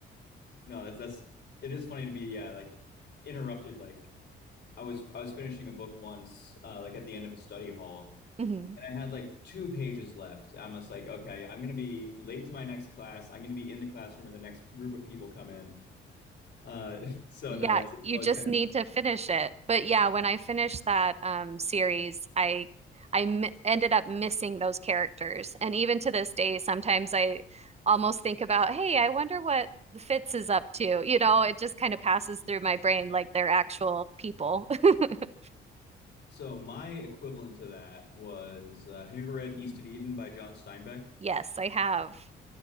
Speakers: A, on the left; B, on the right.
A: No, that's that's it is funny to be yeah, like interrupted like I was I was finishing a book once uh like at the end of a study hall
B: Mhm.
A: and I had like two pages left. I'm just like, okay, I'm gonna be late to my next class. I'm gonna be in the classroom when the next group of people come in. Uh, <laughs> so
B: Yeah,
A: no, that's it's
B: you
A: always
B: just
A: kind
B: need
A: of
B: to finish it. But yeah, when I finished that um, series, I I m ended up missing those characters, and even to this day, sometimes I almost think about, hey, I wonder what Fitz is up to. You know, it just kind of passes through my brain like they're actual people. <laughs>
A: So my equivalent to that was uh, have you ever read East of Eden by John Steinbeck?
B: Yes, I have.